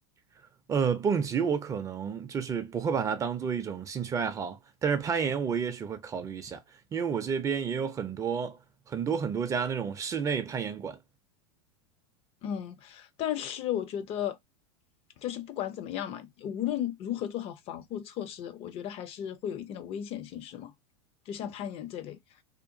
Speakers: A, on the right (about 20°); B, on the left (about 40°).
A: <laughs> 呃，蹦极我可能就是不会把它当做一种兴趣爱好，但是攀岩我也许会考虑一下，因为我这边也有很多很多很多家那种室内攀岩馆。
B: 嗯，但是我觉得，就是不管怎么样嘛，无论如何做好防护措施，我觉得还是会有一定的危险性，是吗？就像攀岩这类。